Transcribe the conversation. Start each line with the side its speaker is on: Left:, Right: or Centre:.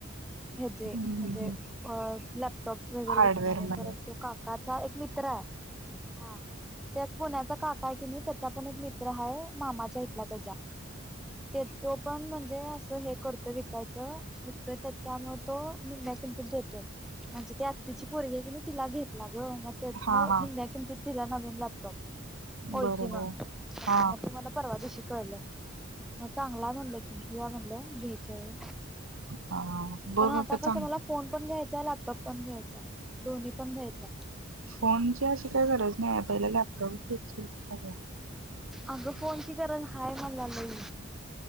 Centre: हे जे
Right: हम्म हम्म
Centre: म्हणजे
Right: हम्म
Centre: अ लॅपटॉप वगैरे
Right: हार्डवेअर
Centre: विकणार आहे
Right: मध्ये
Centre: परत तो काकाचा मित्रा हा त्याच पुण्याचा काका आहे कि नाही त्याचा पण एक मित्र आहे मामाच्या आता जा ते तो पण म्हणजे असं हे करतो विकायचं तो त्यामुळे तो मीमे <unintelligible> देतोय म्हणजे आत्ची परगी क तिला घेतला जो म त्यातनं
Right: हा हा
Centre: मी मॅकिन किती. <unintelligible> तो होय
Right: बरोबर
Centre: की न
Right: हा
Centre: म ते मला परवा दिवशी पडला मग चांगला म्हणलं की घेऊया म्हणलं भी चय
Right: हा बघ
Centre: कारण आता
Right: अगं
Centre: कसं
Right: चांग
Centre: मला फोन पण घ्यायचाय, लॅपटॉप पण घ्यायचाय दोन्ही पण घ्यायचय.
Right: फोनची अशी काय गरज नाही पहिला लॅप टॉप घ्यायचाच.
Centre: अगं फोनची
Right: <inaudible>
Centre: गरज हाय मला लई